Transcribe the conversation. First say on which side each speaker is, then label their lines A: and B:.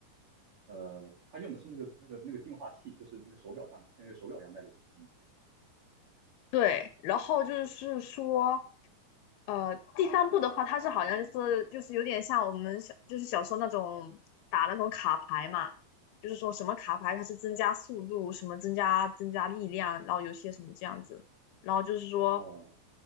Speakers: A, on the right; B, on the left.
A: 呃，他用的是那个那个那个净化器，就是那个手表上像那个手表一样戴的东东西。
B: 对，然后就是说，呃，第三部的话，它是好像就是就是有点像我们小就是小时候那种打那种卡牌嘛，就是说什么卡牌它是增加速度，什么增加增加力量，然后有些什么这样子，然后就是说，
A: 哦，